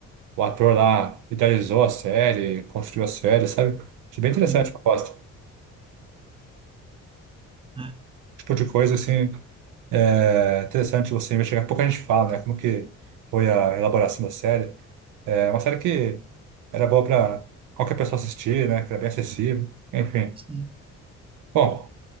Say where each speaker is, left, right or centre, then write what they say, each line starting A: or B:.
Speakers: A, on the right; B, on the right.
A: o ator lá idealizou a série, construiu a série, sabe? Achei bem interessante
B: Hum,
A: a proposta.
B: é,
A: Tipo de coisa, assim É interessante você investigar. Pouco a gente fala, né? Como que foi a elaboração da série. É uma série que era boa para qualquer pessoa assistir, né? Que era bem acessível. Enfim.
B: sim,
A: Bom,